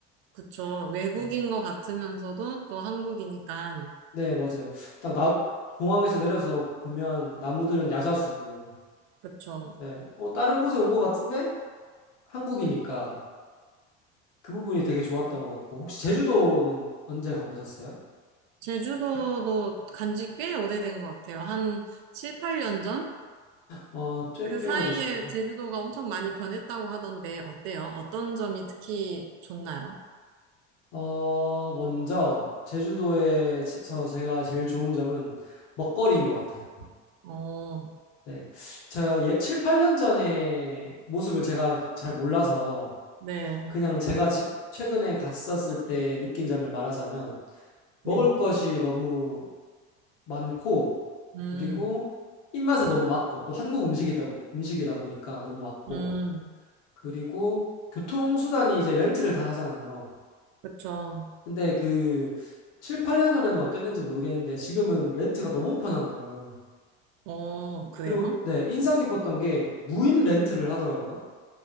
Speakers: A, on the right; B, on the left.
A: 그쵸. 외국인
B: 네,
A: 것 같으면서도 또 한국이니까,
B: 네, 맞아요. 딱 나, 공항에서 내려서 보면 나무들은 야자수고,
A: 그쵸.
B: 네, 어, 다른 곳에 온 것 같은데 한국이니까 그 부분이 되게 좋았던 것 같고, 혹시 제주도는 언제 가보셨어요?
A: 제주도도 간지 꽤 오래된 것 같아요. 한 7, 8년 전?
B: 어, 꽤,
A: 그
B: 꽤
A: 사이에
B: 오래되셨구나.
A: 제주도가 엄청 많이 변했다고 하던데, 어때요? 어떤 점이 특히 좋나요?
B: 어, 먼저 제주도에서 제가 제일 좋은 점은 먹거리인 것 같아요.
A: 어,
B: 네. 저 예, 7, 8년 전에 모습을 제가 잘 몰라서
A: 네,
B: 그냥 제가 지- 최근에 갔었을 때 느낀 점을 말하자면 먹을
A: 네,
B: 것이 너무 많고
A: 음,
B: 그리고 입맛에 너무 맞고 또 한국 음식이다, 보- 음식이다 보니까 너무 맞고
A: 음,
B: 그리고 교통수단이 이제 렌트를 다 하잖아요.
A: 그쵸.
B: 근데 그 7, 8년 전에는 어땠는지 모르겠는데 지금은 렌트가 너무 편한 거예요.
A: 어, 그래요?
B: 그리고 네, 인상 깊었던 게 무인 렌트를 하더라고요.